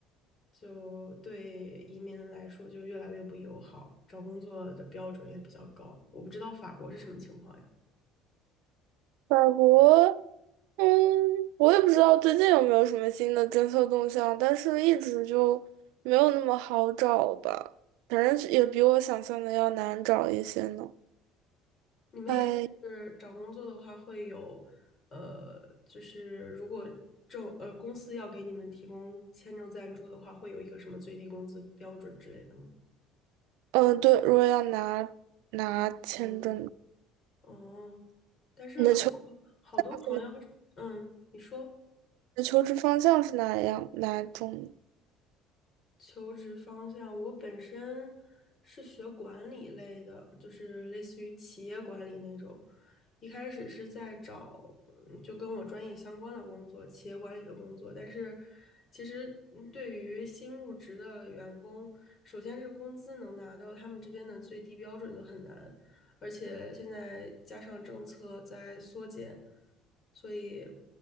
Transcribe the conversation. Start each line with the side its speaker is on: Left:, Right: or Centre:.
Left: 就对移民来说就越来越不友好，找工作的标准也比较高。我不知道法国是什么情况呀？
Right: 法国。嗯，我也不知道最近有没有什么新的政策动向，但是一直就没有那么好找吧，反正也比我想象的要难找一些呢。
Left: 你们也是找工作的话，
Right: 哎，
Left: 会有，呃，就是如果政呃公司要给你们提供签证赞助的话，会有一个什么最低工资标准之类的吗？
Right: 嗯，对，如果要拿拿签证，
Left: 嗯，哦，但是我
Right: 你的求职
Left: 好多朋友，
Right: 你
Left: 嗯，你说
Right: 的求职方向是哪样哪种？
Left: 求职方向，我本身是学管理类的，就是类似于企业管理那种，一开始是在找嗯就跟我专业相关的工作，企业管理的工作，但是其实嗯对于新入职的员工，首先是工资能拿到他们这边的最低标准就很难，而且现在加上政策在缩减，所以